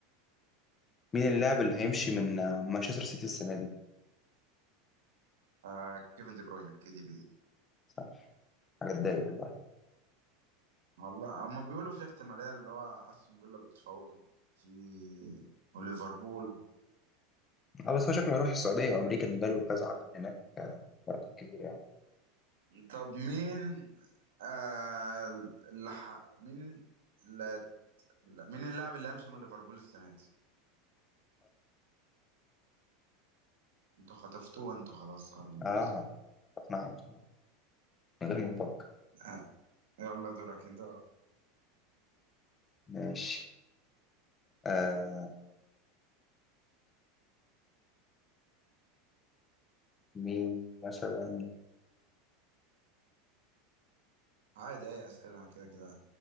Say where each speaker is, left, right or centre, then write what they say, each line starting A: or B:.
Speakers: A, on the left (about 20°); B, on the right (about 85°).
A: مين اللاعب اللي هيمشي من آه، مانشستر سيتي السنة دي
B: آه كيفن دي بروين كي دي بي
A: صح حاجة تضايق والله
B: والله هما بيقولوا في احتمالية اللي هو استون فيلا بتفاوضه في وليفربول
A: اه بس هو شكله هيروح السعودية أو أمريكا اللي جاله كذا عرض من هناك آه، برقم كبير يعني
B: طب مين آه اللي ح... مين اللي... مين اللاعب اللي امس من ليفربول السنه دي انتوا خطفتوه وانتوا خلاص قربوا
A: اه
B: من البتاع.
A: اقنع على طول من غير ما نفكر
B: آه يلا دورك انت
A: ماشي آه مين مثلا
B: عادي اي اسئله كده كده